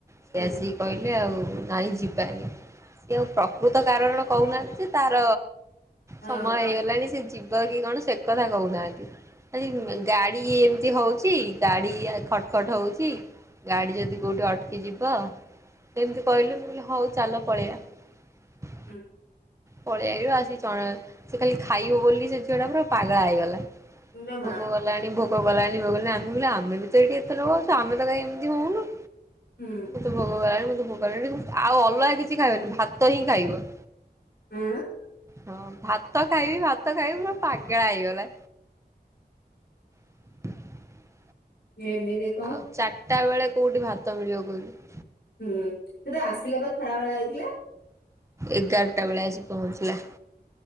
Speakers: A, on the right; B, on the left.
A: ସିଏ
B: ହୁଁ
A: ଆସିକି କହିଲେ ଆଉ ନାହିଁ ଯିବାନି। ସେ ଆଉ ପ୍ରକୃତ କାରଣ କହୁନାହାନ୍ତି ଯେ ତାର
B: ହଁ
A: ସମୟ ହେଇଗଲାଣି ସେ ଯିବ କି କଣ ସେ କଥା କହୁନାହାନ୍ତି। ଆଜି
B: ହୁଁ
A: ଗାଡ଼ି ଏମିତି ହଉଛି ଗାଡି ଇଆ ଖଟ ଖଟ ହଉଛି ଗାଡି ଯଦି କୋଉଠି ଅଟକି ଯିବ ଏମିତି କହିଲୁ ମୁଁ କହିଲି ହଉ ଚାଲ ପଳେଇବା।
B: ହୁଁ।
A: ପଳେଇ ଆଇଲୁ, ଆସି ଚ ସେ ଖାଲି ଖାଇବ ବୋଲି ସେ ଝିଅ ଟା ପୁରା ପାଗଳା ହେଇଗଲା।
B: ଇଲୋ ମା
A: ଭୋକ କଲାଣି, ଭୋକ କଲାଣି, ମୁଁ କହିଲି ଆମେ ବି ତ ଏଇଠି ଏତେ ଲୋକ ଅଛୁ ଆମେ ତ କାଇଁ ଏମିତି ହଉନୁ?
B: ହୁଁ।
A: ଭୋକ କଲାଣି, ମତେ ଭୋକ କଲାଣି ଆଉ ଅଲଗା କିଛି ଖାଇବନି ଭାତ ହିଁ ଖାଇବ।
B: <unintelligible>
A: ହଁ ଭାତ ଖାଇବି, ଭାତ ଖାଇବି ପୁରା ପାଗଳା ହେଇଗଲା। <inaudible>
B: ଏମିତି। <unintelligible>
A: ଆଉ ଚାରିଟା ବେଳେ କୋଉଠି ଭାତ ମିଳିବ କହିଲୁ।
B: ହୁଁ ସେତ ଆସିଲା ବା ଖରା ବେଳେ ଆଇଥିଲା।
A: ଏଗାରଟା ବେଳେ ଆସି ପହଞ୍ଚିଲା।